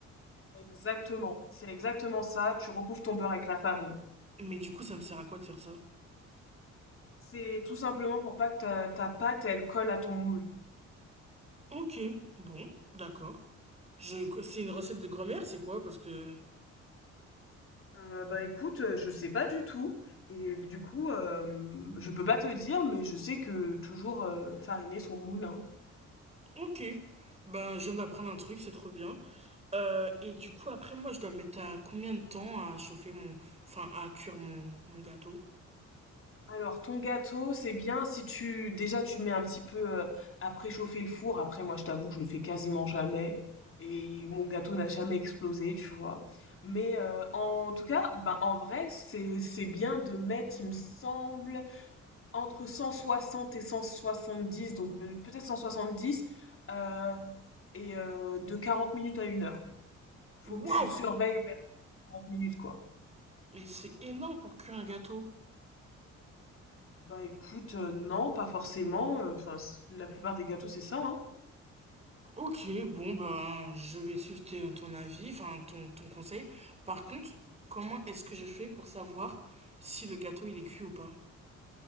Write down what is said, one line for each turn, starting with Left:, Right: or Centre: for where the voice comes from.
Left: Exactement. C'est exactement ça. Tu recouvres ton beurre avec la farine.
Right: Mais du coup, ça me sert à quoi de faire ça
Left: C'est tout simplement pour pas que ta, ta pâte, elle colle à ton moule.
Right: Ok, bon, d'accord. Je... C'est une recette de grand-mère, c'est quoi Parce que...
Left: Heu, bah, écoute, heu, je sais pas du tout et du coup, hem, je peux pas te dire, mais je sais que toujours, heu, fariner son moule, hein.
Right: Ok, ben je viens d'apprendre un truc, c'est trop bien. Euh, et du coup, après, moi, je dois mettre à combien de temps à chauffer mon... Enfin, à cuire mon, mon gâteau
Left: Alors ton gâteau, c'est bien si tu déjà tu mets un petit peu, heu, à préchauffer le four. Après moi, je t'avoue que je le fais quasiment jamais et mon gâteau n'a jamais explosé, tu vois? Mais, heu, en tout cas, ben, en vrai, c'est c'est bien de mettre, il me semble, Entre 160 et cent soixante-dix donc peut- peut-être 170, euh, et euh, de 40 minutes à une heure. Faut que
Right: Waouh
Left: tu surveilles vers 40 minutes, quoi.
Right: Mais c'est énorme pour cuire un gâteau.
Left: Bah écoute, euh, non, pas forcément. euh, Enfin, la plupart des gâteaux, c'est ça, hein.
Right: Ok, bon ben, je vais suivre tes- ton avis, enfin ton, ton conseil. Par contre, comment est-ce que je fais pour savoir si le gâteau il est cuit ou pas?